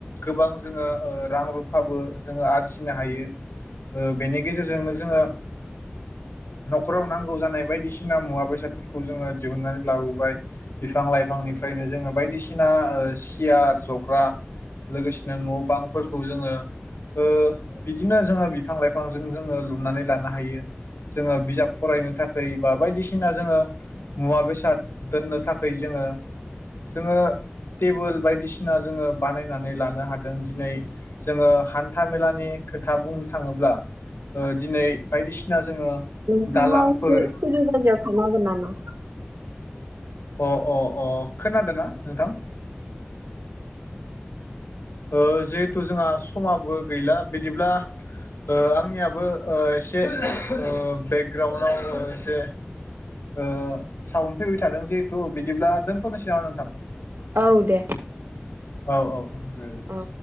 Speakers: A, on the left; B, on the right.
A: गोबां जोङो ओ रां रुफाबो जोङो आरजिनो हायो ओ बेनि गेजेरजोंनो जोङो न'खराव नांगौ जानाय बायदिसिना मुवा बेसादफोरखौ जोङो दिहुनन्नानै लाबोबाय बिफां लाइफांनि खायनो जोङो बायदिसिना ओ सियार जग्रा लोगोसेनो न' बांफोरखौ जोङो ओ बिदिनो जोङो बिफां लाइफांजों जोङो लुनानै लानो हायो जोङो बिजाब फरायनो थाखै बा बायदिसिना जोङो मुवा बेसाद दोननो थाखै जोङो जोङो टेबोल बायदिसिना जोङो बानायनानै लानो हादों दिनै जोङो हान्था मेलानि खोथा बुंनो थाङोब्ला ओ दिनै बायदिसिना जोङो
B: नोंथाङा
A: दालांफोर
B: सिरि सिरि जायगायाव थानो हागोन नामा
A: अ अ अ खोनादो ना नोंथां ओ जिहेथु जोंहा समाबो गैला बिदिब्ला ओ आंनियाबो ओ एसे बेकग्राउन्डआव एसे ओ साउन फैबाय थादों जिहेथु बिदिब्ला दोनथ'नोसै नामा नोंथां
B: औ दे
A: औ औ <unintelligible>
B: औ